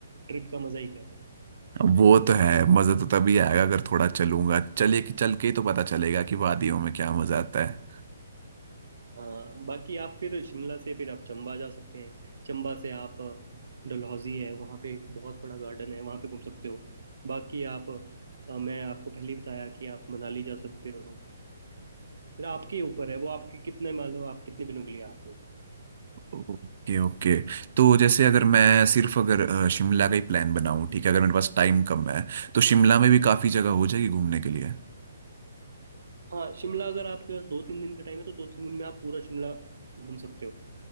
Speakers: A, on the right; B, on the right.
A: ट्रिप का मजा ही क्या है।
B: अब वो तो है मजा तो तभी आएगा अगर थोड़ा चलूंगा चले कि चल के ही तो पता चलेगा कि वादियों में क्या मजा आता है
A: हाँ बाकी आप फिर शिमला से फिर आप चंबा जा सकते हैं चंबा से आप अ, डलहौजी है वहाँ पे एक बहुत बड़ा गार्डन है वहाँ पे घूम सकते हो बाकी आप अ, मैं आपको पहले ही बताया कि आप मनाली जा सकते हो फिर आपके ऊपर है वो आपके कितने मान लो आप कितने दिनों के लिए आते हो
B: ओके ओके तो जैसे अगर मैं सिर्फ अगर अ, शिमला का ही प्लान बनाऊं ठीक है अगर मेरे पास टाइम कम है तो शिमला में भी काफ़ी जगह हो जाएगी घूमने के लिए
A: हाँ शिमला अगर आपके पास दो तीन दिन का टाइम है तो दो तीन दिन में आप पूरा शिमला घूम सकते हो